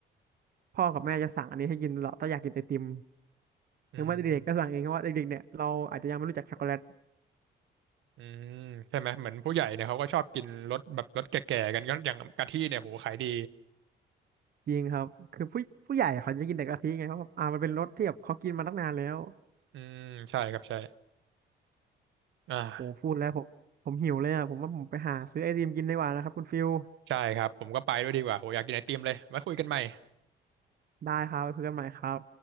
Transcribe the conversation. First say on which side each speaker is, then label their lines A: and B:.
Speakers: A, on the right; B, on the right.
A: พ่อกับแม่จะสั่งอันนี้ให้กินตลอดถ้าอยากกินไอติม
B: อืม
A: หรือว่าเด็กๆก็สั่งเองเพราะว่าเด็กๆเนี่ยเราอาจจะยังไม่รู้จักช็อกโกแลต
B: อืมใช่ไหมเหมือนผู้ใหญ่เนี่ยเขาก็ชอบกินรสแบบรสแก่ๆกันก็อย่างกะทิเนี่ยโหขายดี
A: จริงครับ คือผู้ผู้ใหญ่เขาจะกินแต่กะทิไงเพราะแบบอ่ามันเป็นรสที่แบบเขากินมาตั้งนานแล้ว
B: อืมใช่ครับใช่อ่า
A: โอ้พูดแล้วผม ผมหิวเลยอ่ะผมว่าผมไปหาซื้อไอติมกินดีกว่านะครับคุณฟิล
B: ใช่ครับ ผมก็ไปด้วยดีกว่าโหอยากกินไอติมเลยไว้คุยกันใหม่
A: ได้ครับไปคุยกันใหม่ครับ